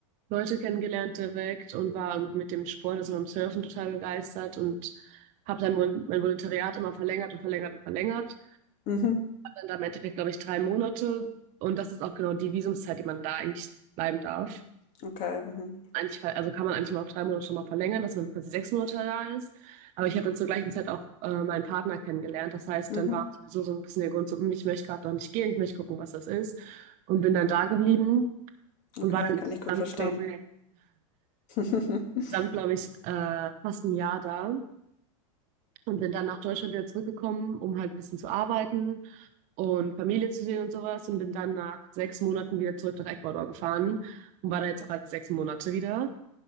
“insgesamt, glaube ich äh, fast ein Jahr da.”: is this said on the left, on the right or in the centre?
Right